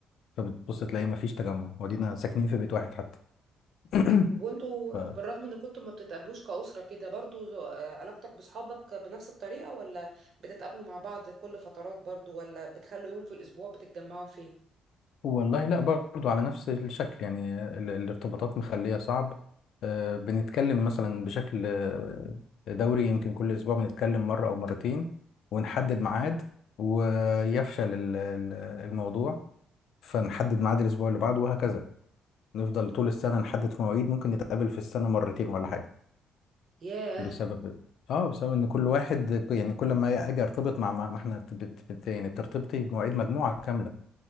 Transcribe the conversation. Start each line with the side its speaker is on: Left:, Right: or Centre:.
Left: فبتبص تلاقي مفيش تجمع ودينا ساكنين في بيت واحد حتى <coughs>
Right: طب وانتوا
Left: <clears throat> ف
Right: بالرغم ان كنتوا ما بتتقابلوش كأسرة كده برضو آه، علاقتك بصحابك بنفس الطريقة ولا بتتقابلوا مع بعض كل فترات برضو ولا بتخلوا يوم في الأسبوع بتتجمعوا فيه؟
Left: والله لا برضو على نفس الشكل يعني ال- الارتباطات مخلية صعب آه، بنتكلم مثلا بشكل آه، دوري يمكن كل أسبوع بنتكلم مرة أو مرتين ونحدد ميعاد ويفشل ال- ال- الموضوع فنحدد ميعاد الأسبوع اللي بعده وهكذا نفضل طول السنة نحدد في مواعيد ممكن نتقابل في السنة مرتين ولا حاجة
Right: ياه
Left: بسبب اه بسبب ان كل واحد يعني كل ما اجي ارتبط مع مع- ما احنا بت... بت... بت... يعني بترتبطي بمواعيد مجموعه كامله